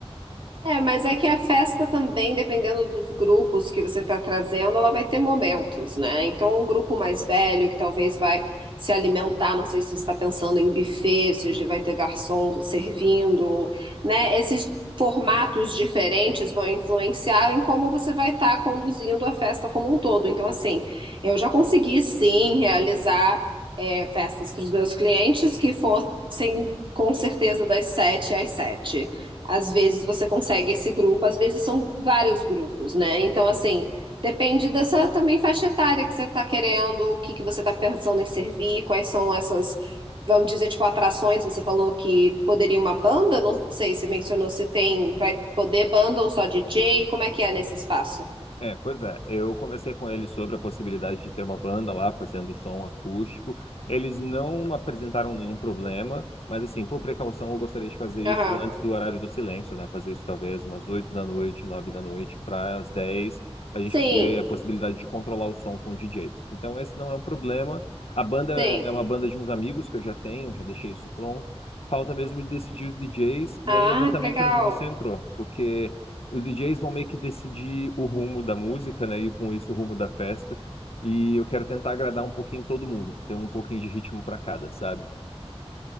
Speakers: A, on the right; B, on the left.
A: É, mas é que a festa também, dependendo dos grupos que você está trazendo, ela vai ter momentos, né? Então, um grupo mais velho que talvez vai se alimentar, não sei se você está pensando em buffet, se hoje vai ter garçom servindo, né? Esses formatos diferentes vão influenciar em como você vai estar conduzindo a festa como um todo. Então, assim, eu já consegui sim realizar é, festas para os meus clientes que fossem com certeza das sete às sete. Às vezes você consegue esse grupo, às vezes são vários grupos, né? Então, assim, depende dessa também faixa etária que você está querendo, o que que você está pensando em servir, quais são essas, vamos dizer, tipo, atrações. Você falou que poderia uma banda, não sei, você mencionou se tem, vai poder banda ou só DJ, como é que é nesse espaço?
B: É, pois é. Eu conversei com eles sobre a possibilidade de ter uma banda lá fazendo som acústico. Eles não apresentaram nenhum problema, mas assim, por precaução, eu gostaria de fazer isso
A: Aham.
B: antes do horário do silêncio, né? Fazer isso talvez umas 8 da noite, 9 da noite, para as dez. a gente
A: Sim,
B: ter a possibilidade de controlar o som com o DJ. Então, esse não é um problema. A banda
A: sim.
B: é é uma banda de uns amigos que eu já tenho, já deixei isso pronto. Falta mesmo de decidir os DJs, e
A: Ah,
B: aí é exatamente
A: que legal.
B: onde você entrou, porque os DJs vão meio que decidir o rumo da música, né? E com isso o rumo da festa. E eu quero tentar agradar um pouquinho todo mundo, ter um pouquinho de ritmo para cada, sabe?